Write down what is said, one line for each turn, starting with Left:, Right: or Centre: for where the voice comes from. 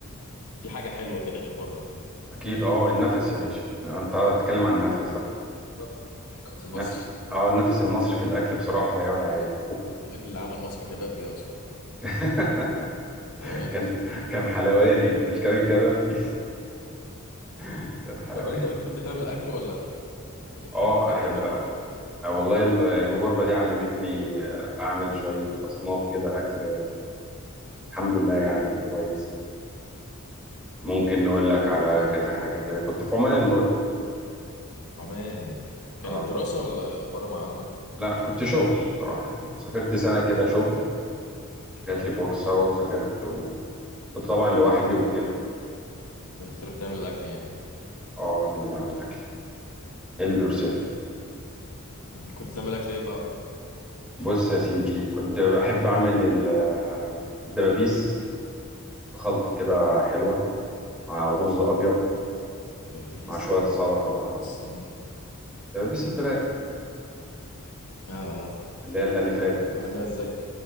Left: في حاجة حلوة كده غير بره
Centre: اكيد اه النفس يا باشا انت هتتكلم عن النفس بقى
Left: طب أنزل مصر
Centre: لا اه النفس المصري في الاكل بصراحه لا يعلى عليه
Left: يقول لك يقول لك اللي عمل مصر كبابجي أصلا
Centre: <laughs>
Left: حلوان.
Centre: كان كان حلواني مش كان كبابجي <laughs> كان حلواني
Left: طب أنت بتحب تعمل أكل ولا بتحب
Centre: اه احب
Left: تاكل على طول
Centre: آه، والله ال- الغربة دي علمتني آه، اعمل شوية اصناف كده اكل الحمد لله يعني كويس ممكن
Left: كنت م-
Centre: نقول لك
Left: متغرب
Centre: على
Left: فين
Centre: كذا حاجة كده كنت في عمان بقول لك
Left: عمان كانت
Centre: اه
Left: دراسة ولا <laughs> بره مع أهلك
Centre: لا كنت شغل بصراحة يعني سافرت سنة كده شغل جات
Left: اه اه
Centre: لي فرصة وسافرت وكنت طبعا
Left: فكنت
Centre: لوحدي
Left: أنت
Centre: وكده
Left: اللي كنت أنت اللي بتعمل الأكل يعني
Centre: اه انا اللي بعمل الاكل هيلب يور سيلف
Left: مم. كنت بتعمل أكل إيه بقى
Centre: بص يا سيدي كنت بحب اعمل ال- آه، الدبابيس بخلطة كده حلوة مع رز ابيض
Left: دبابيس
Centre: مع شوية سلطة بقى
Left: مم.
Centre: دبابيس الفراخ
Left: آه آه
Centre: اللي هي الاليفات
Left: كنت
Centre: مثلا
Left: بتعملها إزاي